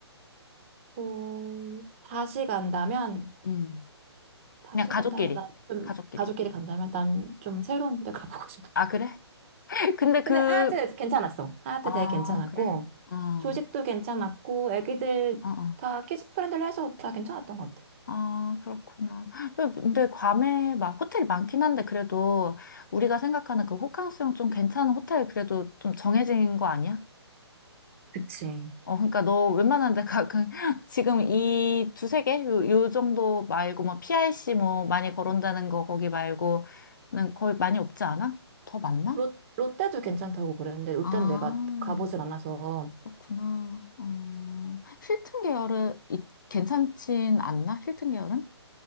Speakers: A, on the right (about 30°); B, on the left (about 45°).
A: 어, 다시 간다면,
B: 음.
A: 다시
B: 그냥 가족끼리.
A: 간다면 난 좀,
B: 가족끼리.
A: 가족끼리 간다면 난 좀 새로운 데 가보고 <laughs> 싶어.
B: 아, 그래? <laughs> 근데
A: 근데
B: 그,
A: 하얏트 괜찮았어. 하얏트
B: 아,
A: 되게 괜찮았고,
B: 그래? 어,
A: 조식도 괜찮았고, 애기들
B: 어, 어.
A: 다 키즈 프렌들리 해서 다 괜찮았던 것 같아.
B: 아, 그렇구나. 그- 근데 괌에 막 호텔이 많긴 한데 그래도 우리가 생각하는 그 호캉스용 좀 괜찮은 호텔 그래도 좀 정해진 거 아니야?
A: 그치.
B: 어, 그러니까 너 웬만한 데가 그 <laughs> 지금 이 두세 개? 요, 요 정도 말고 뭐 p r c 뭐 많이 거론되는 거 거기 말고는 거의 많이 없지 않아? 더 많나?
A: 롯, 롯데도 괜찮다고 그랬는데, 롯데는
B: 아,
A: 내가 가보질 않아서,
B: 그렇구나. 어, 힐튼 계열은 이- 괜찮진 않나? 힐튼 계열은?